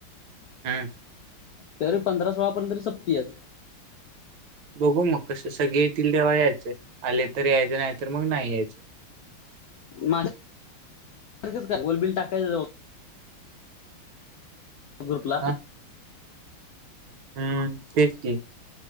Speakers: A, on the right; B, on the left.
A: हम्म
B: तरी पंधरा सोळापर्यंत संपतीये.
A: बघू मग कसं सगळे येतील तेव्हा यायचं. आले तर यायचं नाही तर मग नाही यायचं.
B: माझ का गोलबिल टाकायचं. ग्रुपला
A: हा हम्म तेच की